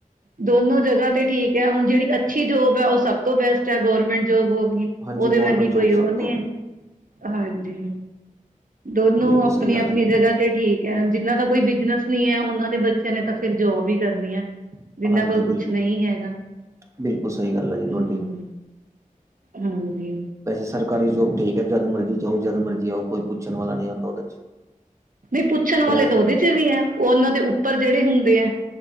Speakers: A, on the right; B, on the right.
A: ਦੋਨੋਂ ਜਗਾ ਤੇ ਠੀਕ ਐ ਹੁਨ ਜੇੜੀ ਅੱਛੀ ਜੋਬ ਐ, ਓ ਸਬ ਤੋ ਬੈਸਟ ਐ ਗੌਰਮੇਂਟ ਜੋਬ ਹੋਗੀ।
B: ਹਾਂਜੀ
A: ਓਦੇ
B: ਗੌਰਮੈਂਟ
A: ਵਰਗੀ ਕੋਈ
B: ਜੋਬ
A: ਓ
B: ਸਭ ਤੋਂ
A: ਨੀ ਐ, ਹਾਂਜੀ। ਦੋਨੋਂ
B: ਬਿਲਕੁਲ
A: ਆਪਨੀ-ਆਪਨੀ
B: ਸਹੀ ਗੱਲ ਹੈ
A: ਜਗਾ ਤੇ ਠੀਕ ਕੇ ਜਿੰਨਾਂ ਦਾ ਕੋਈ ਬਿਜਨਸ ਨੀ ਐ, ਓਨਾਂ ਦੇ ਬੱਚੇਆਂ ਨੇ ਤਾਂ ਫੇਰ ਜੋਬ ਈ ਕਰਨੀ ਐ। ਜਿੰਨਾਂ
B: ਹਾਂਜੀ
A: ਕੋਲ ਕੁਛ
B: ਬਿਲਕੁਲ
A: ਨਈ ਹੈਗਾ,
B: ਬਿਲਕੁਲ ਸਹੀ ਗੱਲ ਹੈ ਜੀ ਤੁਹਾਡੀ
A: ਹੂੰ। ਹਾਂਜੀ
B: ਵੈਸੇ ਸਰਕਾਰੀ ਜੋਬ ਠੀਕ ਐ, ਜਦ ਮਰਜ਼ੀ ਜਾਓ, ਜਦ ਮਰਜ਼ੀ ਆਓ ਕੋਈ ਪੁੱਛਨ ਵਾਲਾ ਨੀ ਆਂਦਾ ਓਦੇ ਚ
A: ਨਈ ਪੁੱਛਨ ਵਾਲੇ
B: ਪਰ
A: ਤਾ ਓਦੇ ਚ ਵੀ ਐ, ਓ ਉਨਾਂ ਦੇ ਉੱਪਰ ਜੇੜੇ ਹੁੰਦੇ ਐ।